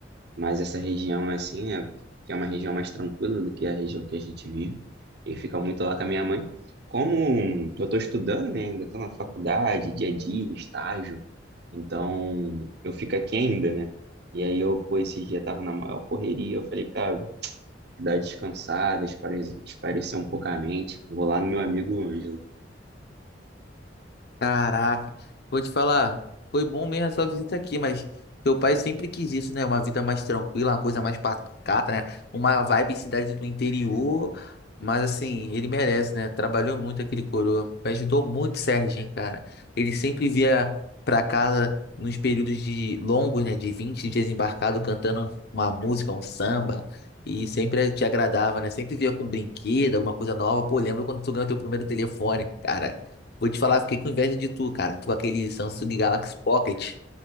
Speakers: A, on the right; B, on the left.
A: Mas essa região, assim, né, que é uma região mais tranquila do que a região que a gente vive, e fica muito lá com a minha mãe. Como eu estou estudando, né, ainda estou na faculdade, dia a dia, estágio, então eu fico aqui ainda, né? E aí eu, pô, esses dias tava na maior correria, eu falei, cara, dá descansada, espare- esparecer um pouco a mente, vou lá no meu amigo Ângelo.
B: Caraca, vou te falar, foi bom mesmo a sua visita aqui, mas teu pai sempre quis isso, né? Uma vida mais tranquila, uma coisa mais pacata, né? Uma vibe cidade do interior, mas assim, ele merece, né? Trabalhou muito aquele coroa, me ajudou muito, Serginho, cara. Ele sempre via pra casa nos períodos de longos, né? De 20 dias embarcado, cantando uma música, um samba, e sempre te agradava, né? Sempre via com brinquedo, alguma coisa nova. Pô, lembra quando tu ganhou teu primeiro telefone, cara? Vou te falar, fiquei com inveja de tu, cara. Tu com aquele Samsung Galaxy Pocket.